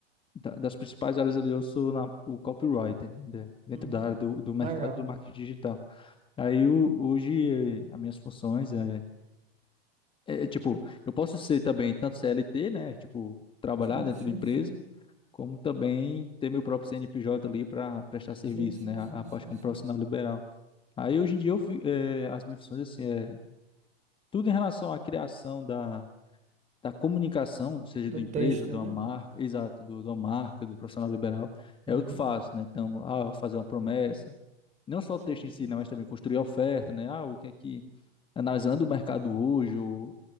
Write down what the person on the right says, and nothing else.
uhum.
Legal.
Sim,
sim,
sim.
Sim, sim,
sim,
sim,
sim.
Do
texto,
né?
Uhum.
Sim,
sim,
sim.